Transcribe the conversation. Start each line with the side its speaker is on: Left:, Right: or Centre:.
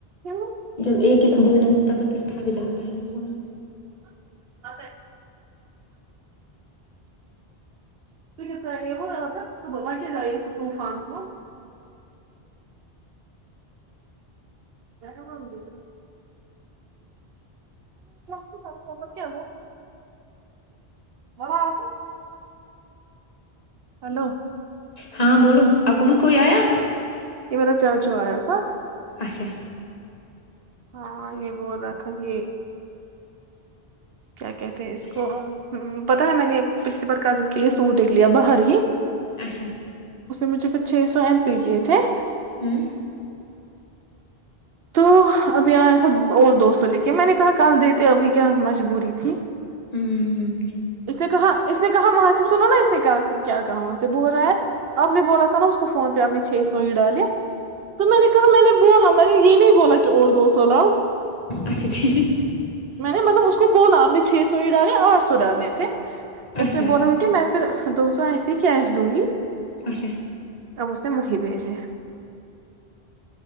Right: ہیلو
Left: جب ایک <inaudible> کی پ بڈن ہوتا تو پھر تھ بھی جاتا ہے انسان
Right: اک <inaudible> تو ک چ آ وہا را پ صبح و ک آیے طوفان ط م س کیا وہ م آس ہلو
Left: ہاں بولو آپکومت کوئی آیا
Right: یہ میرا چرج آیا تھا
Left: اچھا
Right: ہاں یہ بہت ا تھاا یہ کیا کہتے ہیں اس کو
Left: اچھا
Right: پتاہ ہے میں نے پچھلی بار کزن کے لیے سوٹ د لیا باہر ہی
Left: اچھا
Right: مجب چھ سو ایم پے کےے تھ ہیں
Left: ہوں
Right: تو ابھی آیا تھا اور دوستوں لے کے میں نے کہا کال دیتے ابھی کیا مجبوری تھی
Left: ہوں
Right: اس نے کہا اس نے کہا وہاں سے سناو نا اس نے کہا کیا کہا وہاں سے بول رہا ہے آپ نے بولا تھا نا اس کو فون پہ آپ نے چھ سو ہی ڈالے تو میں نے کہا میں نے بولا میں نے یہ نہیں بولا کہ اور دو سو لاؤ
Left: اچھا ٹھیک
Right: میں نے مطلب اس کو بولا آ نے چھ سو ہی ڈالیں آٹھ سو ڈالیں اس
Left: اچھا
Right: نے بونا ہے کہ میں پھر دو سو ایسے ہی کیش دوں گی
Left: اچھا
Right: اوستہ محی پہج